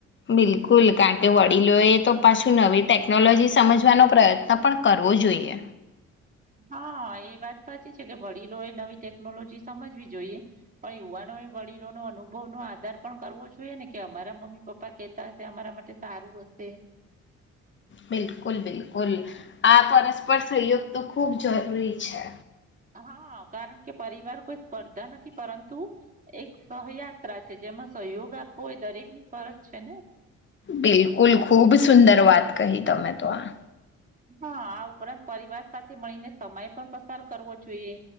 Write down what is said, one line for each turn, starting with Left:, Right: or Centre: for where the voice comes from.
Left: બિલકુલ કારણ કે વડીલોએ તો પાછું નવી ટેકનોલોજી સમજવાનો પ્રયત્ન પણ કરવો જોઈએ.
Right: હા એ વાત સાચી છે કે વડીલો એ નવી ટેકનોલોજી સમજવી જોઈએ પણ યુવાનો એ વડીલો ન અનુભવ નો આધાર પણ કરવો જોઈએ ને કે અમારા મમ્મી પપ્પા કેતા હશે અમારા માટે સારું હશે.
Left: બિલકુલ બિલકુલ આ પરસ્પર સહયોગ તો ખૂબ જરૂરી છે.
Right: હા કારણ કે પરિવાર કોઈ સ્પર્ધા નથી પરંતુ એક સહયાત્રા છે જેમાં સહયોગ આપવો હોય દરેક ની ફરજ છે ને.
Left: બિલકુલ ખુબ સુંદર વાત કહી તમે તો આ.
Right: હા આ ઉપરાંત પરિવાર સાથે મળીને સમય પણ પસાર કરવો જોઈએ